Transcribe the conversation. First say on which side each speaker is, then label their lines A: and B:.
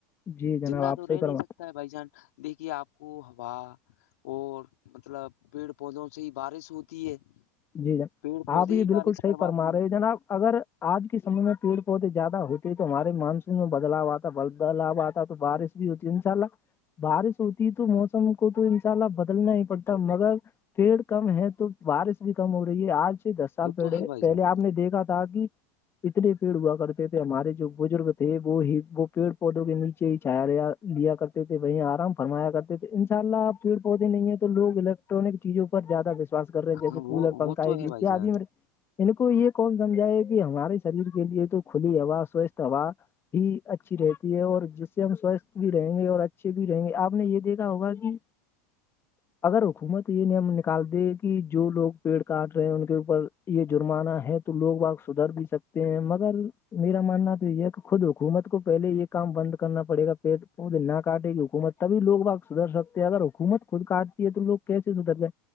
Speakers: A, on the left; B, on the left.
A: جی جناب
B: زندہ
A: آپ
B: تو
A: صحیح
B: رہ
A: فرما
B: نہیں سکتا ہے بھائی جان دیکھیے آپ کو ہوا اور مطلب پیڑ پودوں سے ہی بارش ہوتی ہے
A: جی جناب
B: پیڑ پودے
A: آپ
B: ہی
A: یہ
B: بارش
A: بالکل صحیح
B: کرواتے
A: فرما
B: ہیں
A: رہے ہو جناب اگر آج کے سمے میں پیڑ پودے زیادہ ہوتے تو ہمارے مانسون میں بدلاؤ آتا بد بدلاؤ آتا تو بارش ہوتی ان شاء اللہ بارش ہوتی تو موسم کو تو انشاء اللہ بدلنا ہی پڑتا مگر پیڑ کم ہے تو بارش بھی کم ہو رہی ہے آج سے دس سال
B: وہ
A: پیڑ
B: تو
A: ہے
B: بھائی
A: پہلے
B: جان
A: آپ نے دیکھا تو داادی اتنے پیڑ ہوا کرتے تھے ہمارے جو بزرگ تھے وہ ہی وہ پیڑ پودوں کے نیچے ہی چھایا گیا لیا کرتے تھے وہیں آرام فرمایا کرتے تھے انشاء اللہ پیڑ پودے نہیں ہیں تو لوگ الگ الٹرک چیزوں پر زیادہ وشواس کر رہ ہیں جیسے
B: ہاں وہ
A: کولر پنکھاتیاد
B: وہ تو ہے بھائی جان
A: م ان کو یہ کون سمجھاائے کہ ہمارے شریر کے لیے تو کھلی ہوا سوستھ ہوا ہی اچھی رہتی ہے اور جس سے ہم سوستھ بھی رہیں گے اور اچھے بھی رہیں گے آپ نے یہ دیکھا ہوگا کہ اگر حکومت یہ نیم نکال د کہ جو لوگ پیڑ کاٹ رہے ہیں ان کے اوپر یہ جرمانہ ہے تو لوگ آگ سدھر بھی سکتے ہیں مگر میرا ماننا تو یہ ہے کہ خود حکومت کو پہلے یہ کام بند کرنا پڑے گا پڑ پودے نہ کاٹے گی حکومت تبھی لوگ بگ سدھر سکتے ہیں اگر حکومت خود کاٹتی ہے تو لوگ کیسے سدھر جائے